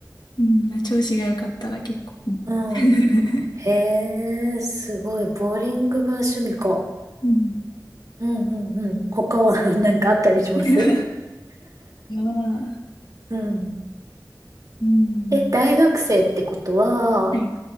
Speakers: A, on the left; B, on the right.
A: うん。調子が良かったら結構。うん。
B: うん。
A: <laughs>
B: へえ、すごい。ボーリングが趣味か。
A: うん。
B: うんうんうん。他は <laughs> なんかあったりします
A: <laughs> は、
B: うん。
A: うん。
B: え、大学生ってことは、
A: はい